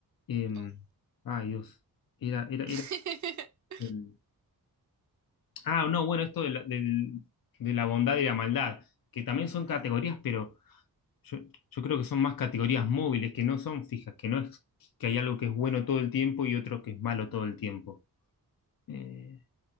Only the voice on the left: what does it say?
Eh,
ay, Dios. Era, era, era.
em, ah, no, bueno, esto de la, del- de la bondad y la maldad, que también son
categorías, pero yo, yo creo que son más categorías móviles, que no son fijas, que no es que hay algo que es bueno todo el tiempo y otro que es malo todo el tiempo. Eh,